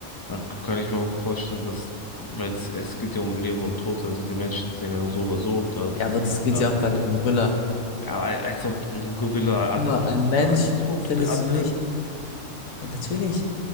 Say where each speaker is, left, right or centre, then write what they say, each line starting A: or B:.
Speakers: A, on the left (about 25°); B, on the left (about 85°).
A: dann kann ich mir auch vorstellen, dass, weil es, es geht ja um Leben und Tod, also die Menschen sind ja so oder so da dran.
B: Ja, aber das geht ja auch bei dem Gorilla.
A: Ja, aber als ob ein Gorilla Adrenalin.
B: Guck mal, ein Mensch,
A: Na, Hat das überhaupt
B: findest
A: Adrenalin?
B: du nicht? Ja, natürlich.